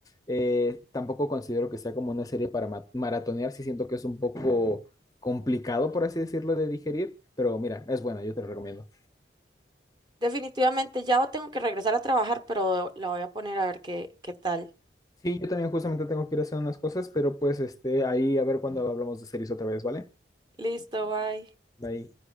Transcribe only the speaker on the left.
eh, tampoco considero que sea como una serie para ma- maratonear, sí siento que es un poco complicado, por así decirlo, de digerir, pero mira, es buena, yo te lo recomiendo.
Sí, yo también justamente tengo que ir a hacer unas cosas, pero pues este, ahí a ver cuando hablamos de series otra vez, ¿vale?
Bye.